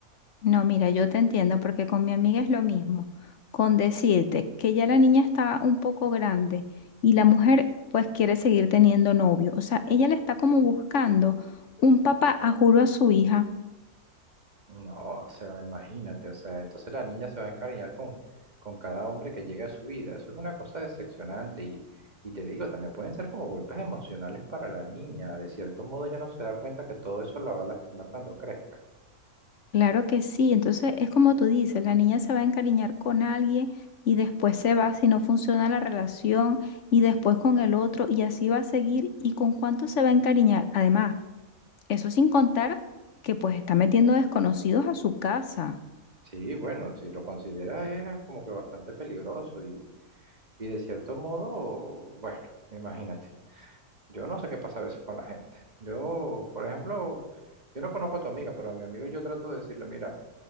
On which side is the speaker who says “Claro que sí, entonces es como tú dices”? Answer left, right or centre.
Left